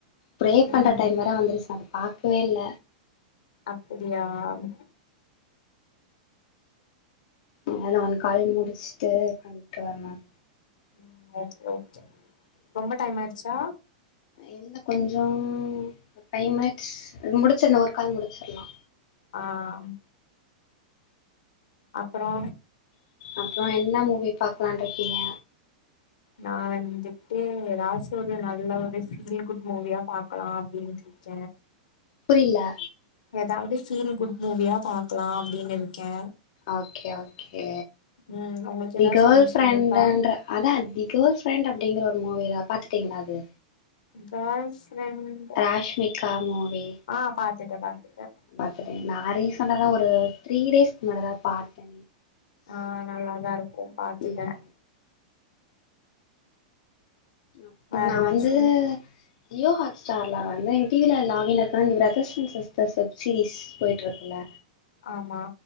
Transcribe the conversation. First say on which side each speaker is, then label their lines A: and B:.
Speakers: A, on the left; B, on the left.
A: ப்ரே
B: ம்
A: பண்ற டைம் வேற வந்துருசு அதப் பாக்கவே இல்ல
B: அப்புடியாம்
A: வேத ஒன் கால் முடிச்ட்டு பண்ட்டு வர்லான்
B: ம் ஓகே ஓகே ரொம்ப டைம் ஆயிடுச்சா
A: இல்ல கொஞ்சம் டைம் ஆயிர்ச்சு முடிச்சிர்னு ஒருக் கால் முடிச்சிர்லா
B: ஆம் அப்பறோ
A: அப்றோ என்ன மூவி பாக்லான்ருக்கீங்க
B: நா வந்துட்டு ராஜுர்ல நல்ல ஒரு ஃபீல் குட் மூவியாப் பாக்கலா அப்டின்ட்டு ச்ச
A: புரில
B: எதாவது ஃபீல் குட் மூவியா பாக்லா அப்டினுருக்கே
A: ஓகே ஓகே
B: ம் உங்களுக்கு
A: தி
B: ஏதாவது
A: கேர்ள்
B: சஜஷன்
A: ஃபிரெண்டுன்ற
B: இருக்கா
A: அதா தி கேர்ள் ஃபிரெண்ட் அப்டிங்கிற ஒரு மூவிதாப் பாத்துட்டீங்ளா அது
B: பாய் ஃபிரெண்ட்
A: ராஷ்மிக்கா மூவி
B: ஆ பாத்துட்டே பாத்துட்டே
A: பாத்துட்டே நா ரீசெண்டாதா ஒரு த்ரீ டேஸ்க் முன்னாடுதா அதுப் பாத்தனே
B: ஆ நல்லாதா இருக்கும் பாத்துட்டே
A: ம் அப்பும்
B: வேற
A: நா
B: ஏதாச்சு
A: வந்து ஜியோ ஹாட்ஸ்டார்ல வந்து எங் டி வில லாக் இன்ல இருக்குனா இந்த brothers and sisters web series போயிட்ருக்குல்ல
B: ஆமா